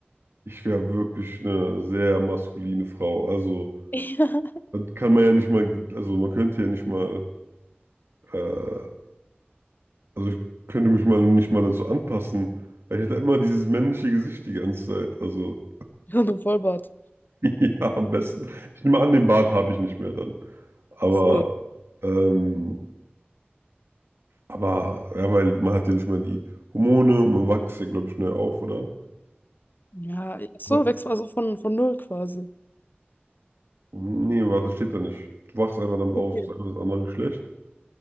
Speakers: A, on the right; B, on the left.
A: ich wäre wirklich eine sehr maskuline Frau. Also,
B: <laughs>
A: dann kann man ja nicht mal, also man könnte ja nicht mal, äh, also ich könnte mich mal nicht mal dazu anpassen, weil ich hätte immer dieses männliche Gesicht die ganze Zeit. Also,
B: Ja. Und ein Vollbart.
A: <laughs> ja, am besten. Ich nehme an, den Bart habe ich nicht mehr dann. Aber,
B: Achso.
A: ähm, aber, ja, weil man hat ja nicht mal die Hormone und man wächst ja, glaube ich, neu auf, oder?
B: Ja, ach so
A: Ja,
B: wächst man also von, von null quasi.
A: Nee, warte, steht da nicht. Du wachst einfach damit
B: Okay.
A: auf, es ist einfach das andere Geschlecht.